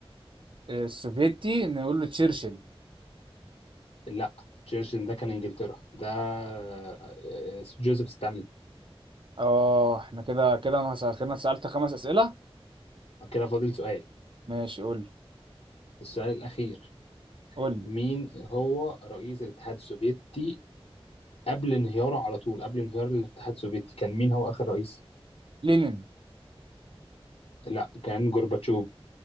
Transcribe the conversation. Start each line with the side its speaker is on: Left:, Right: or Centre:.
Right: آه، السوفيتي نقول له تشرشل
Left: لا تشرشل ده كان إنجلترا ده آه، آه، جوزيف ستالين
Right: اه احنا كده كده انا سأ- كده أنا سألت خمس أسئلة
Left: كده فاضل سؤال
Right: ماشي قول لي
Left: السؤال الأخير
Right: قول لي
Left: مين هو رئيس الاتحاد السوفيتي قبل انهياره على طول قبل انهيار الاتحاد السوفيتي كان مين هو آخر رئيس
Right: لينين
Left: لا كان جورباتشوف